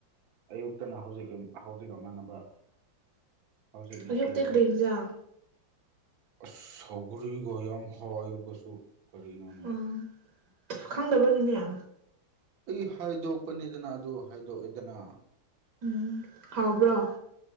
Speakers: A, on the right (about 80°); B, on the right (about 60°).
A: ꯑꯌꯨꯛꯇꯅ ꯍꯧꯖꯤꯛ ꯍꯧꯖꯤꯛ ꯃꯥꯟꯅꯕ ꯍꯧꯖꯤꯛꯅ
B: ꯑꯌꯨꯛꯇꯤ
A: ꯑꯌꯨ
B: ꯀꯔꯤ ꯌꯦꯟꯖꯥꯡ
A: ꯑ ꯁꯧꯒꯔꯤꯒ ꯌꯥꯝ ꯌꯥꯝ ꯍꯔ ꯀꯁꯨ ꯀꯅꯣꯅꯦ
B: ꯎꯝ ꯈꯪꯗꯕꯒꯤꯅꯦ
A: ꯑꯩ ꯍꯥꯏꯗꯣꯛꯄꯅꯤꯗꯅ ꯑꯗꯨ ꯍꯥꯏꯗꯣꯛꯑꯦꯗꯅ
B: ꯎꯝ ꯍꯥꯎꯕ꯭ꯔꯣ